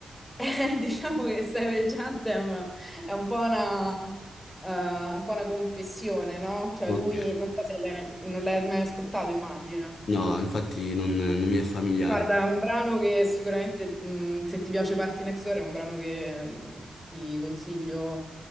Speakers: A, in the centre; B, on the left.
A: Eh, diciamo che Savage Anthem è un po' una, eh, un po' una confessione, no? Cioè
B: Ok.
A: lui, non so se l'hai non l'hai mai ascoltato, immagino.
B: No, infatti non, non mi è familiare.
A: Guarda, è un brano che sicuramente, mh, se ti piace Party Next Door, è un brano che mh, ti consiglio